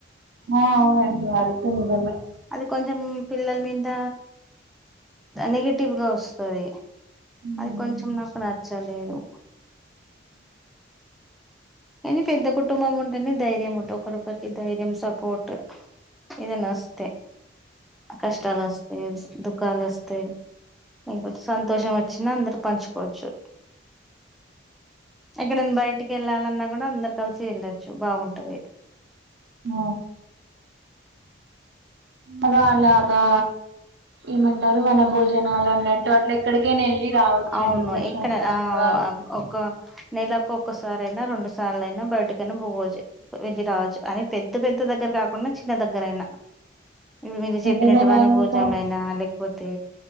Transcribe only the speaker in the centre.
అది కొంచెం పిల్లల మీద నెగటివ్గా వస్తది
అది కొంచెం నాకు నచ్చలేదు కానీ పెద్ద కుటుంబం ఉంటేనే ధైర్యం ఉంటే ఒకరి ఒకరికి ధైర్యం సపోర్టు ఏదైనా వస్తే కష్టాలు వస్తే కాలుస్తే లేకపోతే సంతోషం వచ్చిన అందరు పంచుకోచ్చు ఎక్కడన్నా బయటికి వెళ్ళాలన్నా కూడా అందరు కలిసి వెళ్ళొచ్చు బాగుంటది
అవును
ఎక్కడ ఆ ఒక నెలకు ఒకసారైనా రెండు సార్లు అయినా బయటికైనా బువోజు వెళ్ళి రావచ్చు అని పెద్ద పెద్ద ఇంత దగ్గర కాకుండా చిన్న దగ్గరయినా ఇవి మీరు చెప్పినట్టు
వాన
భోజమయినా లేకపోతే